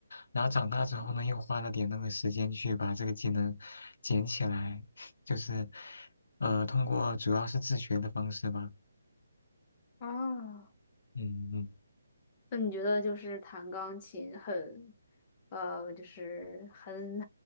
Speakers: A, on the left; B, on the left.
A: 然后长大之后呢，又花了点那个时间去把这个技能捡起来，就是呃，通过主要是自学的方式吧。
B: 啊，
A: 嗯嗯，
B: 那你觉得就是弹钢琴很，呃，就是很